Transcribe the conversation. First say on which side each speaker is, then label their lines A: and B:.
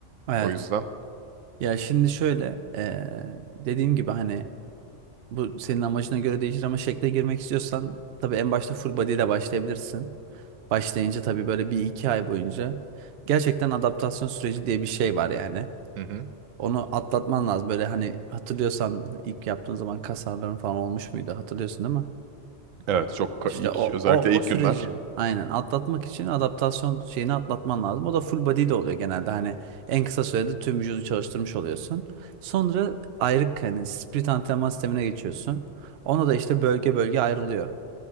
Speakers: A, on the right; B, on the right.
A: Evet.
B: O yüzden.
A: Ya şimdi şöyle eee, dediğim gibi hani bu senin amacına göre değişir ama şekle girmek istiyorsan tabii en başta full body ile başlayabilirsin. Başlayınca tabii böyle bir iki ay boyunca gerçekten adaptasyon süreci diye bir şey var yani.
B: Hı hı.
A: Onu atlatman lazım. Böyle hani hatırlıyorsan ilk yaptığın zaman kas ağrıların falan olmuş muydu? Hatırlıyorsun değil mi?
B: Evet çok ka-
A: İşte
B: ilk
A: o,
B: özellikle
A: o,
B: ilk
A: o süreci
B: günler.
A: aynen atlatmak için adaptasyon şeyini atlatman lazım. O da full body de oluyor genelde. Hani en kısa sürede tüm vücudu çalıştırmış oluyorsun. Sonra ayrık hani split antrenman sistemine geçiyorsun. Onu da işte bölge bölge ayrılıyor.